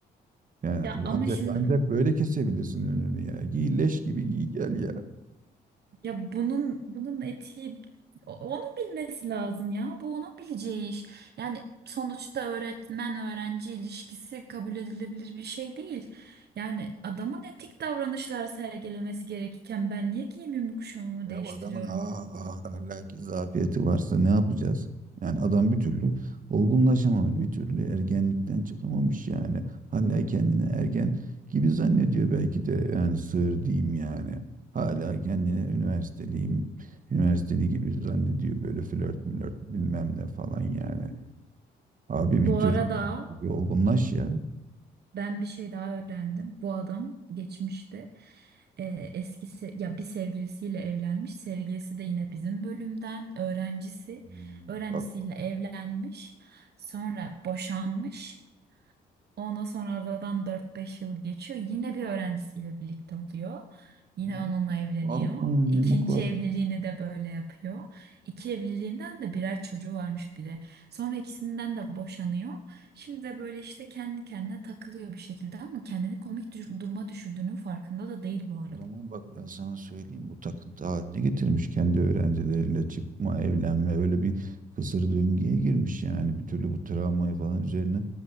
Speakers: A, on the right; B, on the right.
A: Yani
B: Ya ama
A: ancak
B: şimdi
A: ancak böyle kesebilirsin önünü ya. Giy leş gibi giy gel ya.
B: ya bunun bunun etiği o- onu bilmesi lazım ya. Bu onun bileceği iş. Yani sonuçta öğretmen öğrenci ilişkisi kabul edilebilir bir şey değil. Yani adamın etik davranışlar sergilemesi gerekirken ben niye giyimimi kuşamımı
A: Ya
B: değiştiriyorum?
A: bu adamın ah ah ahlaki zafiyeti varsa ne yapacağız? Yani adam bir türlü olgunlaşamamış, bir türlü ergenlikten çıkamamış yani. Hala kendini ergen gibi zannediyor belki de yani sığır diyeyim yani. Hala kendini üniversiteliyim, üniversiteli gibi zannediyor böyle flört mülört bilmem ne falan yani. Abi
B: Bu
A: bir tür
B: arada
A: bir olgunlaş ya.
B: Ben bir şey daha öğrendim. Bu adam geçmişte e, eski ya bir sevgilisiyle evlenmiş. Sevgilisi de yine bizim bölümden öğrencisi.
A: Hmm.
B: Öğrencisiyle
A: Bak
B: evlenmiş. Sonra boşanmış. Ondan sonra aradan 4-5 yıl geçiyor. Yine bir öğrencisiyle birlikte oluyor. Yine
A: Hmm,
B: onunla evleniyor.
A: Vallahi
B: İkinci
A: ne mukadder.
B: evliliğini de böyle yapıyor. İki evliliğinden de birer çocuğu varmış bir de. Sonra ikisinden de boşanıyor. Şimdi de böyle işte kendi kendine takılıyor bir şekilde ama kendini komik düş- duruma düşürdüğünün farkında da değil bu arada.
A: O zaman bak ben sana söyleyeyim bu takıntı haline getirmiş kendi öğrencileriyle çıkma, evlenme öyle bir kısır döngüye girmiş yani bir türlü bu travmayı falan üzerine